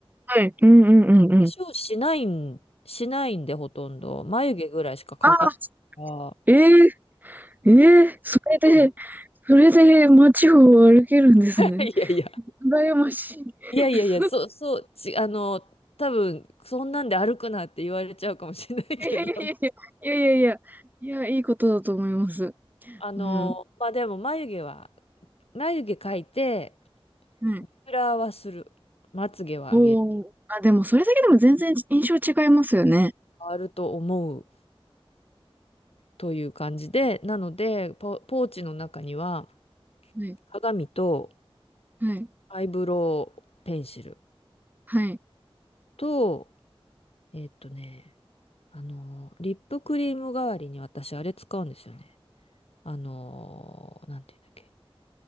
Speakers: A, on the right; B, on the left.
A: はい。うんうんうんうん。
B: 化粧しないん、しないんで、ほとんど。眉毛ぐらいしかかかああ
A: ああ、ええええそれで、
B: ー、うん。
A: それで街を歩けるんですね。
B: <laughs> いやいや。
A: 羨ましい。<laughs>
B: いやいやいや、そう、そう、ち、あの、多分、そんなんで歩くなって言われちゃうかもしれないけど。
A: いやいやいやい
B: <laughs>
A: やいやいやいやいや、いいことだと思います。
B: あの、
A: うん。
B: まあでも、眉毛は、眉毛描いて、
A: はい。
B: フラはする。まつげは上げる。
A: おー。あ、でもそれだけでも全然印象違いますよね。
B: 変わると思うという感じで、なので、ポ、ポーチの中には、
A: はい、
B: 鏡と、
A: はい、
B: アイブロウペンシル
A: はい。
B: と、えっとね、あの、リップクリーム代わりに私あれ使うんですよね。あの、なんていうんだっけ。